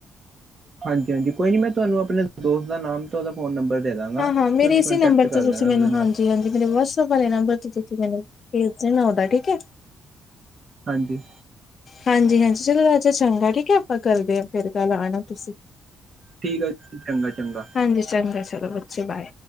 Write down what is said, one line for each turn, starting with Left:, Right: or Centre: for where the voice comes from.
Right: ਹਾਂਜੀ, ਹਾਂਜੀ। ਕੋਈ ਨੀ, ਮੈਂ ਤੁਹਾਨੂੰ ਆਪਣੇ ਦੋਸਤ ਦਾ ਨਾਮ ਤਾਂ ਓਦਾ ਫੋਨ ਨੰਬਰ ਦੇ ਦਾਂਗਾ।
Left: ਹਾਂ-ਹਾਂ ਮੇਰੇ
Right: ਤੁਸੀਂ
Left: ਇਸੇ
Right: ਕੋਂਟੈਕਟ
Left: ਨੰਬਰ
Right: ਕਰ ਲੈਣਾ ਉਹਦੇ ਨਾਲ
Left: ਤੇ ਹਾਂਜੀ, ਮੇਰੇ ਵਟਸਐਪ ਵਾਲੇ ਨੰਬਰ ਤੇ ਤੁਸੀ ਮੈਨੂੰ ਭੇਜ ਦੇਨਾ ਓਦਾ, ਠੀਕੇ।
Right: ਹਾਂਜੀ
Left: ਹਾਂਜੀ-ਹਾਂਜੀ। ਚਲੋ, ਰਾਜੇ ਚੰਗਾ ਠੀਕਏ, ਆਪਾਂ ਕਰਦੇ ਹਾਂ ਫੇਰ ਕੱਲ ਆਣਾ ਤੁਸੀਂ
Right: ਠੀਕ ਹੈ ਚੰਗਾ ਚੰਗਾ
Left: ਹਾਂਜੀ, ਚੰਗਾ ਚਲੋ, ਬੱਚੇ ਬਾਏ